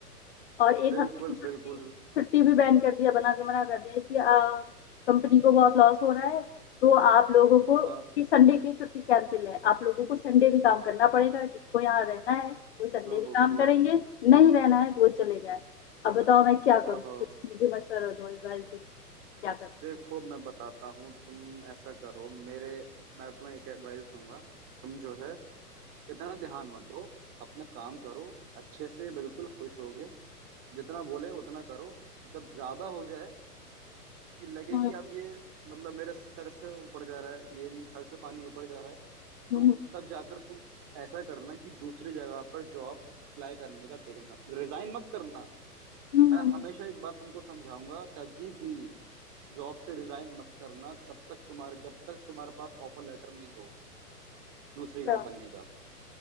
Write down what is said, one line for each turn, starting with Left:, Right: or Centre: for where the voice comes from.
Left: और एक
Right: बिल्कुल
Left: हफ्ते की छुट्टी
Right: बिल्कुल
Left: छुट्टी भी बैन कर दिया बना के मना कर दिया कि आ, कंपनी को बहुत लॉस हो रहा है तो आप लोगों को
Right: हाँ
Left: कि संडे की छुट्टी कैंसिल है आप लोगों को संडे भी काम करना पड़ेगा जिनको यहाँ रहना है वो संडे
Right: ओहो
Left: भी काम करेंगे नहीं रहना है तो वो चले जाए अब बताओ मैं क्या करूँ
Right: ओहो
Left: कुछ मुझे मशवरा दो एडवाइस दो क्या करना
Right: देखो
Left: चाहिए
Right: मैं बताता हूँ तुम ऐसा करो मेरे मैं तुम्हें एक एडवाइस दूंगा तुम जो है इतना ध्यान मत दो अपना काम करो अच्छे से बिल्कुल खुश होगे जितना बोले उतना करो जब ज्यादा हो जाए कि लगे
Left: हम्म
Right: कि अब ये मतलब मेरे सर से ऊपर जा रहा है ये भी सर से पानी ऊपर जा रहा है
Left: हम्म
Right: तो तब जाकर तुम ऐसा करना कि दूसरी जगह पर जॉब अप्लाई करने का देखना रिजाइन मत करना
Left: हम्म
Right: मैं हमेशा एक बात तुमको समझाऊंगा कभी भी जॉब से रिजाइन मत करना तब तक तुम्हारे जब तक तुम्हारे पास ऑफर लेटर नहीं हो दूसरी कंपनी
Left: अच्छा
Right: का